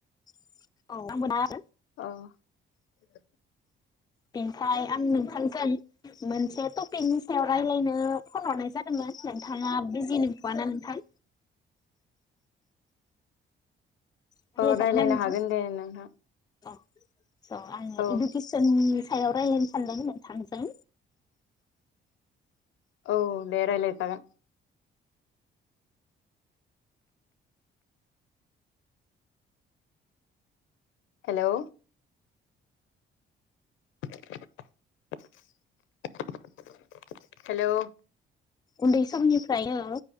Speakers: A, on the left; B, on the left.
A: <inaudible> औ।
B: अ। <inaudible>
A: बेनिफ्राय आं नोंथांजों मोनसे टपिकनि सायाव रायलायनो फन हरनाय जादोंमोन नोंथाङा बिजि नंथ'आना नोंथां रायलायजागोन
B: अ रायलायनो
A: ना नोंथां?
B: हागोन दे नोंथां
A: औ स आं
B: औ
A: एडुकेसननि सायाव रायलायनो सानदों नोंथांजों
B: औ दे रायलाय जागोन हेलौ <inaudible> हेलौ
A: उन्दै समनिफ्रायनो